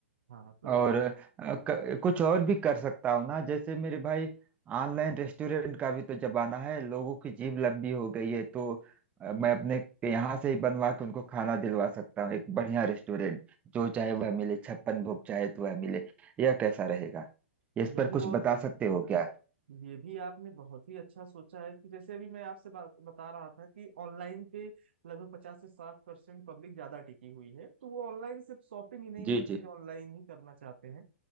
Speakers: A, on the right; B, on the right.
A: हाँ तो
B: और अ, क, कुछ और भी कर सकता हूँ ना जैसे मेरे भाई ऑनलाइन रेस्टोरेंट का भी तो जमाना है लोगों की जीभ लंबी हो गई है तो अ, मैं अपने यहाँ से ही बनवा के उनको खाना दिलवा सकता हूँ एक बढ़िया रेस्टोरेंट जो चाहे वह मिले छप्पन भोग चाहे तो वह मिले यह कैसा रहेगा इस
A: यह
B: पर
A: भी
B: कुछ
A: बहुत
B: बता सकते हो क्या
A: ये भी आपने बहुत ही अच्छा सोचा है कि जैसे अभी मैं आपसे बात बता रहा था कि ऑनलाइन पे लगभग पचास से साठ परसेंट पब्लिक ज्यादा टिकी हुई है तो वो ऑनलाइन सिर्फ शॉपिंग ही नहीं
B: जी
A: हर चीज
B: जी
A: ऑनलाइन ही करना चाहते हैं